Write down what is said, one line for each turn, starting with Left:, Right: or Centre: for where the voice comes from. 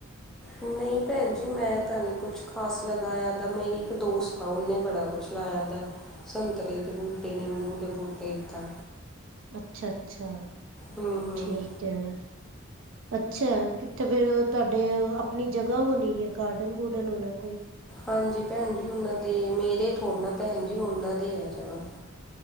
Centre: ਨਹੀਂ ਭੈਣ ਜੀ ਮੈਂ ਤਾਂ ਨਹੀਂ ਕੁਛ ਖਾਸ ਲਗਾਇਆ, ਤਾਂ ਮੇਰੀ ਇੱਕ ਦੋਸਤ ਤਾਂ ਉਨੇ ਬੜਾ ਕੁਛ ਲਾਇਆ ਦਾ, ਸੰਤਰੇ ਦੇ ਬੂਟੇ, ਨਿੰਬੂ ਦੇ ਬੂਟੇ, ਇੱਦਾਂ
Right: ਅੱਛਾ ਅੱਛਾ
Centre: ਹੂੰ ਹੂੰ
Right: ਠੀਕ ਹੈ। ਅੱਛਾ ਕਿੱਥੇ ਫਿਰ ਤੁਹਾਡੇ ਆਪਣੀ ਜਗ੍ਹਾ ਹੋਣੀ ਹੈ, ਗਾਰਡਨ ਗੂਡਨ ਹੋਣਾ ਕੋਈ।
Centre: ਹਾਂਜੀ ਭੈਣ ਜੀ ਉਹਨਾਂ ਦੇ, ਮੇਰੇ ਥੋੜੇ ਨਾ ਭੈਣ ਜੀ, ਉਹਨਾਂ ਦੇ ਹੈ ਜਗ੍ਹਾ।